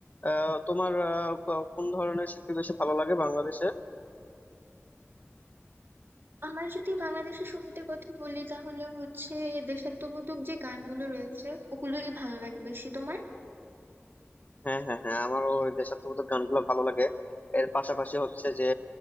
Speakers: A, on the left (about 35°); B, on the right (about 55°).
A: আহ, তোমার আহ, কোন ধরনের শিল্পী বেশি ভালো লাগে বাংলাদেশে
B: আমার যদি বাংলাদেশের সঙ্গীতের কথা বলি তাহলে হচ্ছে দেশাত্মবোধক যে গানগুলো রয়েছে ওগুলোই ভালো লাগে বেশি তোমার
A: হ্যাঁ হ্যাঁ হ্যাঁ আমারও ওই দেশাত্মবোধক গানগুলো ভালো লাগে এর পাশাপাশি হচ্ছে যে